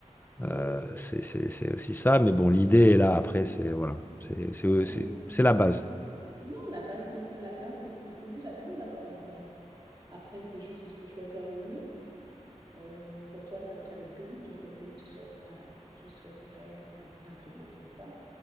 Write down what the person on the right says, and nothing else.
Oui,
oui,
les-
ouais. Non, la base, c'est bien. La base, c'est c'est déjà bien d'avoir la base. Après, c'est juste, il faut choisir le lieu. Euh, pour toi, ça serait le pays. Dans quel pays tu souhaiterais, tu souhaiterais im- implémenter ça?